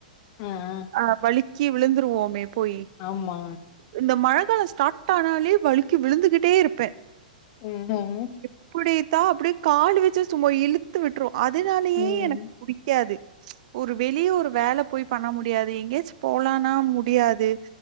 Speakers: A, on the left (about 40°); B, on the right (about 55°).
A: ஆ ஆ
B: ஆ வழிக்கி விழுந்துருவோமே போயி
A: ஆமா.
B: இந்த மழ காலோ ஸ்டார்ட் ஆனாலே வழுக்கி விழுந்துகிட்டே இருப்பே
A: ம் ம்
B: அப்புடிதா அப்டியே கால் வச்சி சும்மா இழுத்து விட்டுரு அதுனாலயே
A: ம்.
B: எனக் புடிக்காது ஒரு வெளிய ஒரு வேல போய் பண்ண முடி யாது எங்கேயாச்சு போலானா முடியாது